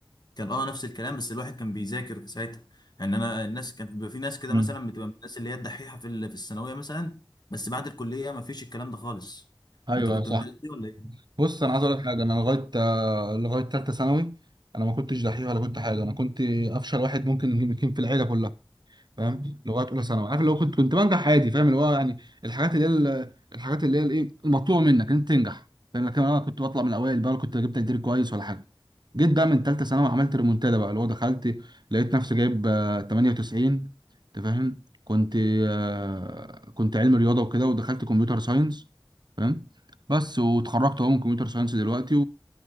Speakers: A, on the left (about 55°); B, on the right (about 60°).
A: كان اه نفس الكلام بس الواحد كان بيذاكر في ساعتها يعني انا الناس كان بيبقى في ناس كده
B: مم.
A: مثلا بتبقى من الناس اللي هي الدحيحه في ال- في الثانويه مثلا بس بعد الكليه ما فيش الكلام ده خالص
B: ايوه
A: انت كنت
B: ايوه صح
A: من الناس دي ولا ايه
B: بص انا عايز اقول لك حاجه انا لغايه آه، لغايه ثالثه ثانوي انا ما كنتش دحيح ولا كنت حاجه انا كنت افشل واحد ممكن يمكن في العيله كلها فاهم لغايه اولى ثانوي عارف اللي هو كنت كنت بنجح عادي فاهم اللي هو يعني الحاجات اللي هي ال- الحاجات اللي هي الايه المطلوبه منك ان انت تنجح فاهم لكن انا كنت بطلع من الاوائل بقى ولا كنت جبت تقدير كويس ولا حاجه جيت بقى من ثالثه ثانوي عملت ريمونتادا بقى اللي هو دخلت لقيت نفسي جايب آه، 98 انت فاهم كنت آه، كنت علم رياضه وكده ودخلت كمبيوتر ساينس فاهم بس واتخرجت اهو من كمبيوتر ساينس دلوقتي